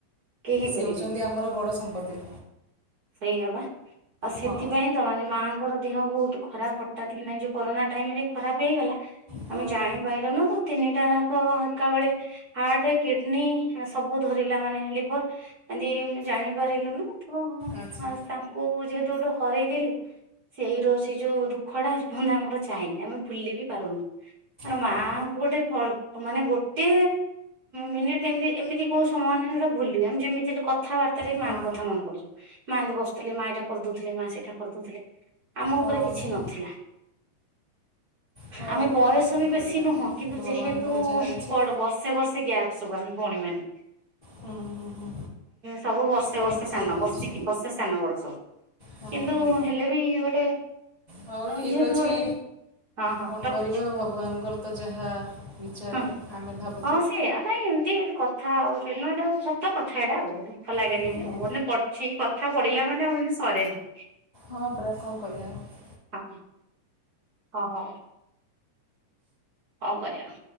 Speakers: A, on the right (about 30°); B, on the left (about 65°).
A: କେହି ହେଇପାରିବେନି
B: ସିଏ ହେଉଛନ୍ତି ଆମର ବଡ଼ ସମ୍ପତ୍ତି।
A: ସେଇଆ ବା ଆଉ ସେଥିପାଇଁ
B: ହଁ
A: ତ ମାନେ ମାଙ୍କର ଦେହ ବହୁତ ଖରାପ ହଠାତ୍ କିନା ଯୋଉ କରୋନା ଟାଇମରେ ଖରାପ ହେଇଗଲା
B: ହଁ
A: ଆମେ ଜାଣି ପାଇଲୁନୁ ତ ତିନିଟା ଯାକ ଏକା ବଳେ ହାର୍ଟ କିଡନୀ ଆ ସବୁ ଧରିଲା ମାନେ ଲିଭର। ଏମତି ଜାଣିପାରିଲୁନୁ ତ
B: ଆଚ୍ଛା
A: ତାଙ୍କୁ ଯେହେତୁ ଗୋଟେ ହରେଇଦଲୁ। ସେଇ ର ସେଇ ଯୋଉ ଦୁଃଖ ଟା ଆଜିପର୍ଯ୍ୟନ୍ତ ଆମର ଯାଇନି ଆମେ ଭୁଲି ବି ପାରୁନୁ। କଣ
B: ହଁ
A: ମାଙ୍କୁ ଗୋଟେ କଳ୍ ମାନେ ଗୋଟେ ମିନିଟ ଏମିତି ଏମିତି କୋଉ ସମୟ ନାହିଁ ଯେ ଭୁଲୁ ଆମେ ଯେମତି ହେଲେ କଥାବାର୍ତ୍ତାରେ ବି
B: ହଁ
A: ମାଆଙ୍କ କଥା ମନେ ପଡ଼ିଯିବ। ମା ଏମତି ବସୁଥିଲେ ମା ଏଇଟା କରିଦଉଥିଲେ ମା ସେଇଟା କରିଦଉଥିଲେ ଆମ
B: ହଉ
A: ଉପରେ କିଛି ନଥିଲା।
B: ହଉ
A: ଆମେ ବୟସ
B: ଆଉ କଣ
A: ବି ବେଶୀ
B: କରିବା
A: ନୁହଁ କିନ୍ତୁ
B: ଭଗବାନଙ୍କର
A: ଯେହେତୁ
B: ଯାହା ଇଚ୍ଛା
A: ବଡ ବର୍ଷେ ବର୍ଷେ। ଗ୍ୟାପ ସବୁ ଆମେ ଭଉଣୀ ମାନେ
B: ହୁଁ ହୁଁ ହୁଁ
A: ସବୁ ବର୍ଷେ
B: ହଉ
A: ବର୍ଷେ
B: ଠିକ୍
A: ସାନ ବର୍ଷିକ
B: ଅଛି
A: ବର୍ଷେ ସାନ ବଡ ସବୁ
B: ହଁ
A: କିନ୍ତୁ
B: ହଁ
A: ହେଲେ ବି ଗୋଟେ।
B: ହଉ ଠିକ
A: ଯେହେତୁ
B: ଅଛି।
A: ଗୋଟେ ହଁ ହଁ
B: କଣ
A: ରଖୁଛି
B: କରିବା ଭଗବାନଙ୍କର ତ ଯାହା ବିଚାର
A: ହଁ
B: ଆମେ ଭାବୁ।
A: ହଁ ସେଇଆ ନାଇଁ ଏମିତି ଏ କଥା ଆଉ ହେଲା ବେଳକୁ ସତ କଥା ଏଇଟା ଆଉ ଦୁଖ ଲାଗେ
B: ହୁଁ
A: ଟିକେ
B: ହୁଁ
A: ଆଉ ମାନେ ସେଇ କଥା ପଡିଲା ମାନେ ଆଉ ଏଇଠି ସରେନି।
B: ହଁ ପରା କଣ କହିବା ଆଉ।
A: ହଁ। ହଁ ହଉ। କଁ କରିବା।